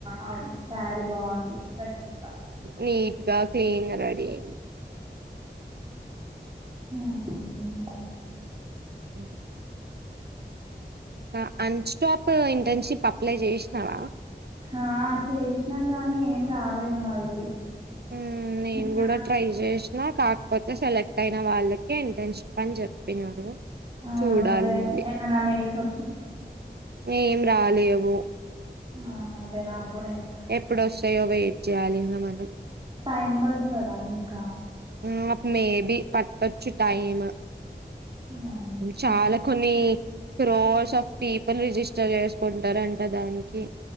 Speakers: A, on the right; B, on the right.
A: అవును శారీ బాగుంది రష్మిక
B: నీట్ గా క్లీన్ గా రెడీ అయింది
A: ఆ
B: ఉ ఇంకా అన్ స్టాప్ ఇంటర్న్షిప్ అప్లై చేసినవా
A: ఆ చేసినా కానీ ఏం రాలేదు మళ్ళీ
B: ఉమ్ నేను
A: మీకేమన్
B: కూడా ట్రై చేసిన కాకపోతే సెలెక్ట్ అయిన వాళ్ళకి ఇంటర్న్షిప్ అని చెప్పినారు
A: ఆ
B: చూడాలి
A: అదే
B: మలి
A: ఏమైనా మెయిల్స్ వచ్చినా
B: ఏం రాలేవు
A: ఆ అదే నాకు కూడా ఏం రాలే.
B: ఎప్పుడుొస్తాయో వెయిట్ చేయాలిం మనం
A: టైం పడుతదా ఇంకా
B: ఆ అ మేబి పట్టొచ్చు టైమ్
A: ఆహా!
B: చాలా కొన్ని క్రోర్స్ ఆఫ్ పీపుల్ రిజిస్టర్ చేసుకుంటారంట దానికి